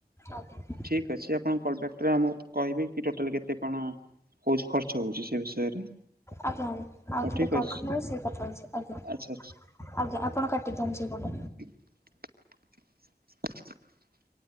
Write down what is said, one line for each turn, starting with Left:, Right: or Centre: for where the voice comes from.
Left: ଆଜ୍ଞା।
Right: ଠିକ୍ ଅଛି, ଆପଣ କଲ ବ୍ୟାକ୍ଟରେ ଆମକୁ କହିବେ କି ଟୋଟାଲ କେତେ କଣ ହଉଛି ଖର୍ଚ୍ଚ ହଉଛି ସେ ବିଷୟରେ?
Left: ଆଜ୍ଞା।
Right: ହଉ
Left: ଆଉ ଥରେ
Right: ଠିକ୍
Left: କଲ୍
Right: ଅଛି
Left: କଲେ ସେଇ କଥା ହେଉଛି ଆଜ୍ଞା।
Right: ଆଚ୍ଛା ଆଚ୍ଛା।
Left: ଆଜ୍ଞା, ଆପଣ କାଟିଦିଅନ୍ତୁ ସେଇପଟେ।
Right: <inaudible>